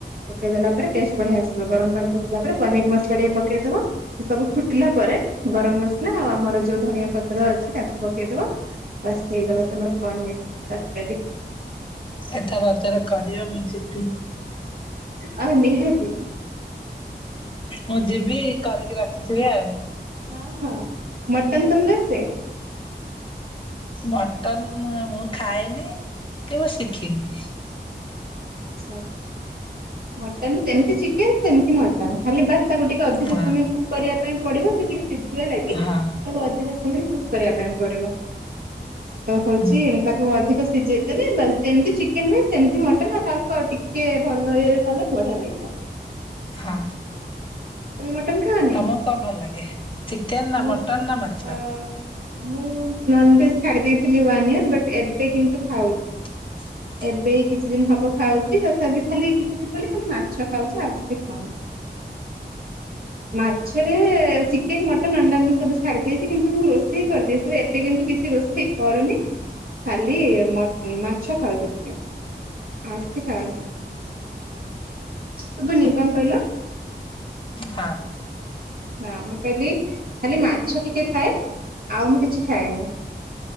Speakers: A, on the right; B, on the left.
A: ପକେଇଦେଲା ପରେ ଟେଷ୍ଟ ବଢିଆ ଆସିବ ଗରମ ପାଣି ପକେଇଲା ପରେ ପନିର ମସଲା ଟିକେ ପକେଇଦବ। ସବୁ ଫୁଟିଲା ପରେ ଗରମ ମସଲା ଆଉ ଆମର ଯୋଉ ଧଣିଆ ପତ୍ର ଅଛି ତାକୁ ପକେଇଦବା। ବାସ୍ ହେଇଗଲା ତମର ପନୀର୍ ତରକାରୀ।
B: ଏଥର ରଜରେ କରିବ ମୁଁ ଯିବି
A: ହଁ ନିହାତି।
B: ମୁଁ ଯିବି କରିକି ରଖିଥିବେ ଆଉ।
A: ହଁ ହଁ ମଟନ ତମକୁ ଆସେ?
B: ମଟନ ମୁଁ ଖାଏନେଇଁ କି ମୁ ଶିଖିନି।
A: ଆଛା ଆଛା ମଟନ୍ ସେମିତି ଚିକେନ ସେମିତି ମଟ ଟନ ଖାଲି ବାସ୍ ତାକୁ ଟିକେ ଅଧିକ
B: ହଁ
A: ସମୟ କୁ କ କରିବା ପାଇଁ ପଡିବ। ସେ ଟିକେ ସିଝିବା ଲାଗି ତାକୁ
B: ହଁ
A: ଅଧିକ ସମୟେ କୁକ୍ କରିବା ପାଇଁ ପଡିବ। ତ ହୋଉଚି
B: ହୁଁ
A: ତାକୁ ଅଧିକ ସିଜେଇ ଦେଲେ ବାସ ଯେମତି ଚିକେନ ହୁଏ ସେମତି ମଟନ୍ ଆଉ। ତା ଆଉ ଟିକେ ଭଲ ଇରେ କଲେ ବଢିଆ ଲାଗିବ।
B: ହଁ
A: ତମେ ମଟନ ଖାଅନି?
B: ତମକୁ କଣ ଭଲ ଲାଗେ? ଚିକେନ ନା
A: ମୁ
B: ମଟନ
A: ଚା
B: ନା ମାଛ
A: ଆ ମୁଁ ନନଭେଜ ଛାଡି ଦେଇଥିଲି ୱାନ ଇଅର ବଟ ଏବେ କିନ୍ତୁ ଖାଉଚି।
B: ଉସୀ କୁଇ।
A: ଏବେ କିଛି ଦିନ ହବ ଖାଉଚି। ତଥାପି ଖାଲି କିଛି ଦିନ ବୋଲି ଖାଲି ମାଛ ଖାଉଚି ଆଉ କିଛି ଖାଉନି। ମାଛରେ ଚିକେନ, ମଟନ, ଅଣ୍ଡା ମୁଁ ସବୁ ଛାଡି ଦେଇେଇଚି। କିନ୍ତୁ ମୁଁ ରୋଷେଇ କରଦିଏ। ସବୁ ଏତେ କିନ୍ତୁ କିଛି ରୋଷ ସେ କରୁନି। ଖାଲି ମଟ ମାଛ ଖାଉଚି ଟିକେ ଆଉ କିଛି ଖାଉନି। ସୁବୁନି କଣ କଇଲ?
B: ହାଁ।
A: ହଁ ମୁଁ କଇଲି ଖାଲି ମାଛ ଟିକେ ଖାଏ ଆଉ ମୁଁ କିଛି ଖାଏନେଇଁ।